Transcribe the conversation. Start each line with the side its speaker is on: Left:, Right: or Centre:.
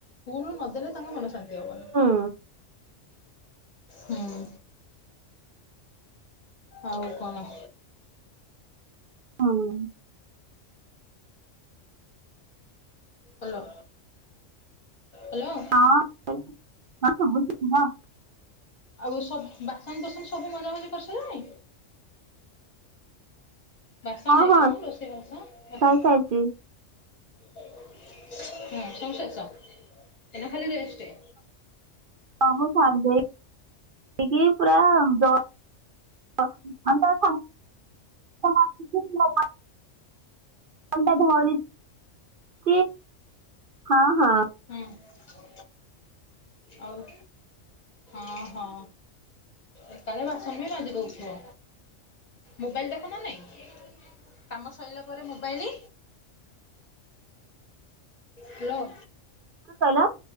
Left: ଫୁଲ୍ ନଦେଲେ ତାଙ୍କ ମନ ଶାନ୍ତି ହବନି।
Right: ହୁଁ।
Left: ହଁ। ଆଉ କଣ?
Right: ହଁ।
Left: Hello, hello.
Right: ହଁ, ହଁ ଶୁଭୁଛି କୁହ?
Left: ଆଉ ସବୁ, ବାସନ କୁସନ ସବୁ ମଜା ମୁଜି କରିସାରିଲଣି? ବାସନ
Right: ହଁ
Left: ଏଇ
Right: ହଁ
Left: କାମ ରୋଷେଇ ବାସ ବାସ
Right: ସାରି ସାରିଚି।
Left: ହଁ ସବୁ ଶେଷ। ଏନା ଖାଲି ରେଷ୍ଟ।
Right: ସବୁ ସାରିଦେଇକି ପୁରା ଜ <unintelligible> ଧରିଚି ହଁ ହଁ।
Left: ହୁଁ। ଆଉ। ହଁ ହଁ ଏକାବେଳେ ବାସନ ବି ମାଜି ଦେଉଥିବ। ମୋବାଇଲ ଦେଖ ନା ନାଇଁ କାମ ସରିଲା ପରେ ମୋବାଇଲ? ହ୍ୟାଲୋ।
Right: କଣ କହିଲ?